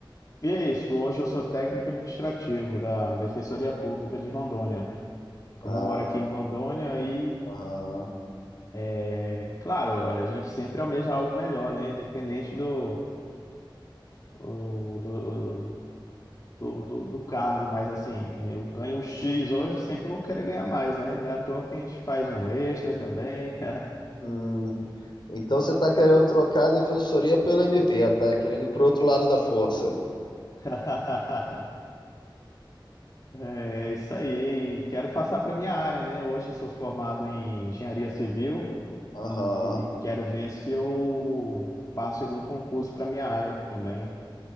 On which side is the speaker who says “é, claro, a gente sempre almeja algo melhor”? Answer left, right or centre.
Left